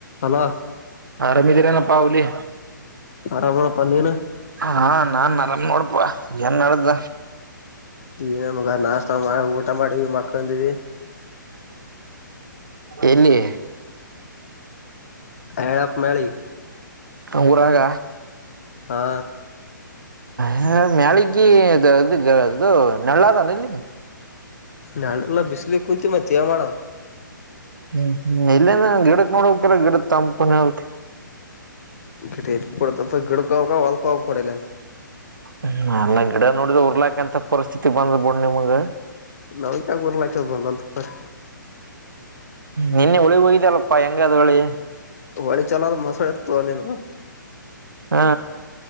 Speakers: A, on the left; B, on the right.
A: ಅಲ
B: ರಮಿದರನ ಪಾವಲಿ
A: ಹಪ್ಪ ನೀನು
B: ಹಾ ನಾನ್ ಆರಾಮ ನೋಡ್ಪಾ ಏನ್ ನಡ್ದ
A: ಈನನುಗ ನಾಸ್ತ ಊಟ ಮಾಡಿವವಿ ಮಕ್ಕಂದಿವವಿ
B: ಎಲ್ಲಿ
A: ಹೇಳಪ್ಪ ಮಳಿಗ್
B: ಹಊರಾಗ
A: ಹಾ
B: ಹ ಮ್ಯಾಲಗದು ಅದು ನೆಳ್ಳದಾನ ಇಲ್ಲಿ
A: ನಳಲ್ಲ ಭಿಸಲಿ ಕುಂಂತ ಮಾತಿ ಯ ಮೇಡಮ್
B: ಹ್ಮ್ ಹ್ಮ್ ಇಲ್ಲಂದ ಗಿಡಕ್ ನೋಡಕರ ಗಿಡ ತಂಪನ ಹಕ್
A: ಗಿಡೈ ಕೊಡ ತಪ್ಪ ಗಿಡಕಪ್ಪಬೇಕ ವಲ್ ಕಪ್ಪ ಕೊೂಡಲ್ಲನ್
B: ಹ್ಮ ಎಲ್ಲ ಗಿಡ ನೋಡಿದ್ರೆ ಉರ್ಲಾಕ ಎಂತ ಪರಿಸ್ಥಿತಿ ಬಂದ್ ಬುಣ ನಿಮಗ
A: ನಾವಿಕಗರ್ಲಕ ಬಂದಂತ ಬರ್
B: ನಿನ್ನೆ ಉಳಿಗ್ ಹಯ್ದಲ್ಲಪ್ಪಾ ಹೆಂಗದ್ ಹಳಿ
A: ಹೊಳಿ ಚಲೋದು ಮಸಳತ ಅನ
B: ಹ್ಮ